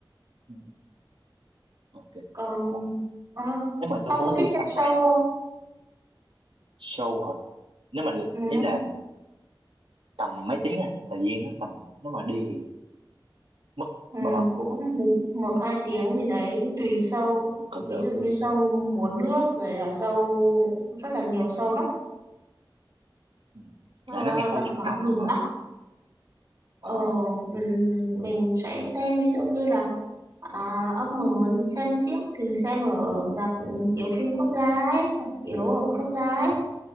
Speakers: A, on the right; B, on the right.
A: ừ, ok
B: còn
A: Ủa,
B: ờ,
A: nếu mà
B: ông
A: tôi muốn
B: có thích
A: đi
B: xem
A: tham
B: show
A: quan
B: không
A: show hả nếu mà
B: ừ,
A: ý là tầm mấy tiếng à thời gian nó tầm nếu mà đi thì mất
B: ừ,
A: bao lâu
B: cũng một, một hai tiếng gì đấy tùy show
A: thì cũng
B: ví
A: được
B: dụ như show múa nước rồi là show rất là nhiều show đó
A: ừ.
B: show
A: lại nó ngay
B: à,
A: khu
B: văn
A: trung
B: hóa
A: tâm
B: miền
A: luôn các bạn
B: Bắc ờ,
A: ờ
B: ừ, mình sẽ xem ví dụ như là À, ông mà muốn xem xiếc thì xem ở rạp ừ, chiếu phim quốc gia ấy, rạp chiếu ở quốc gia ấy.